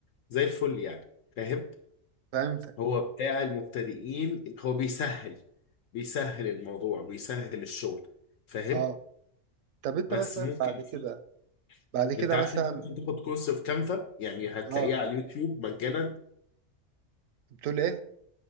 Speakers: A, on the left; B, on the right.
A: زي الفل يعني فاهم
B: فهمت
A: هو بتاع المبتدئين هو بيسهل بيسهل الموضوع بيسهل الشغل فاهم
B: اه طب انت
A: بس
B: مثلا
A: ممكن
B: بعد كده
A: في
B: بعد كده
A: انت عارف
B: مثلا
A: انت ممكن تاخد كورس في كانفا يعني هتلاقيه
B: اه
A: على اليوتيوب مجانا
B: بتقول ايه